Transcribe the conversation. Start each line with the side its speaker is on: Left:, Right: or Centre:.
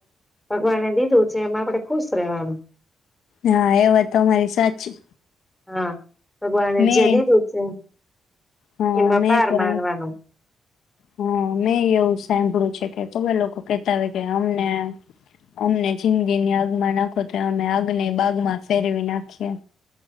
Centre: ભગવાને દીધું છે એમાં આપડે ખુશ રહેવાનું.
Left: હા એ વાત તમારી સાચી.
Centre: હા ભગવાન.
Left: મેં
Centre: જદી તો છે.
Left: હા
Centre: એમાં
Left: મેં
Centre: પાર
Left: પણ
Centre: માણવાનો.
Left: હા મેં એવું સાંભળ્યું છે કે કો લોકો કહેતા હોય કે અમને અમને જિંદગીની આગમાં નાખો તો અમે આગને બાગમાં ફેરવી નાખીએ.